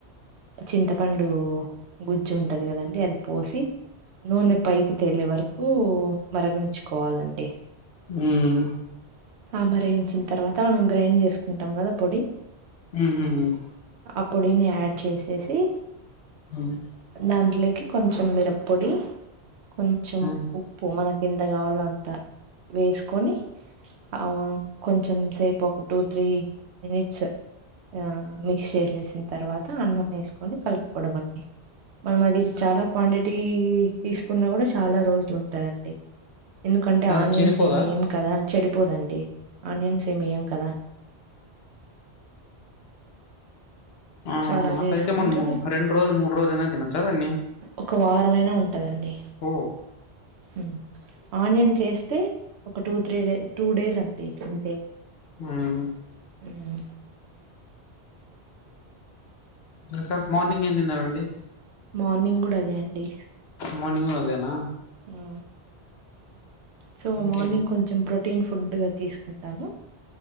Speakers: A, on the right (about 80°); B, on the left (about 65°).
A: చింతపండు గుజ్జు ఉంటది గదండి అది పోసి నూనె పైకి తేలే వరకు మరగనిచ్చుకోవాలండి
B: మ్
A: ఆ మరిగించిన తర్వాత మనం గ్రైండ్ చేసుకుంటాం గదా పొడి
B: మ్ మ్
A: ఆ పొడిని యాడ్ చేసేసి
B: మ్మ్
A: దాంట్లోకి కొంచెం మిరపొడి కొంచెం
B: మ్మ్ మ్మ్
A: ఉ ప్పు మనకి ఎంత గావాలో అంత వేసుకొని ఆ కొంచెం సేపు ఒక టూ త్రీ మినిట్స్ ఆ మిక్స్ చేసేసిన తర్వా త అన్నం వేసుకొని కలుపుకోడం అండి మనం అది చాలా క్వాంటిటీ తీసుకున్న గూడ చాలా రోజులు ఉంటదండి ఎందుకంటె
B: అది
A: ఆనియన్స్
B: చెడిపోదా
A: ఏం వేయం కదా చెడిపోదండి ఆనియన్స్ ఏం వేయం కదా
B: ఆ
A: సో, అలా
B: అట్లైతే
A: చేసుకుంటే
B: మనము రెండు రోజులు మూడు రోజులు అయినా తినొచ్చా దాన్ని
A: ఒక వారం అయినా ఉంటదండి
B: ఓ
A: మ్ ఆనియన్స్ ఎస్తే ఒక టూ తత్రి డె టూ డేస్ అండి అంతే
B: ఉమ్
A: మ్
B: ఇంక మార్నింగ్ ఏం తిన్నారండి
A: మార్నింగ్ గూడ అదే అండి.
B: మార్నింగు కూడా అదేనా?
A: ఆ సో
B: ఇంకేం
A: మార్నింగ్ కొంచెం ప్రొటీన్ ఫుడ్ గా తీసుకుంటాను.